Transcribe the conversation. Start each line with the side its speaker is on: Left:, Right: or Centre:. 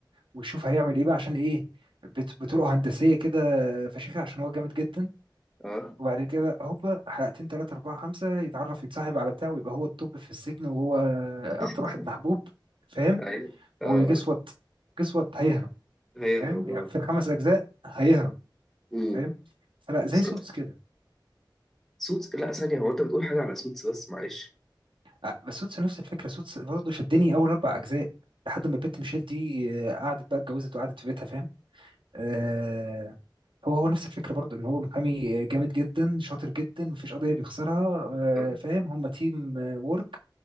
Right: ويشوف هيعمل ايه بقى عشان ايه بت- بطرق هندسيه كده فشيخه عشان هو جامد جدا
Centre: اه
Right: وبعد كده هوبا حلقتين تلاتة أربعة خمسة يتعرف يتصاحب على بتاعه ويبقى هو التوب في السجن وهو أكتر
Centre: <laughs>
Right: واحد محبوب فاهم
Centre: ايوه
Right: وجس
Centre: اه
Right: وات جس وات هيهرب
Centre: هيهرب
Right: فاهم يعني
Centre: اه
Right: في الخمس أجزاء هيهرب
Centre: أمم.
Right: فاهم فلا زي
Centre: صوت-
Right: سوتس كده
Centre: سوتس لا ثانية هو انت بتقول حاجة على سوتس بس معلش
Right: آه، بس سوتس نفس الفكرة سوتس برضه شدني أول أربع أجزاء لحد ما البت ميشيل دي آه، قعدت بقى اتجوزت وقعدت في بيتها فاهم آه هو هو نفس الفكرة برضه إن هو محامي جامد جدا شاطر جدا مفيش قضية بيخسرها
Centre: اه
Right: آه فاهم هما تيم وورك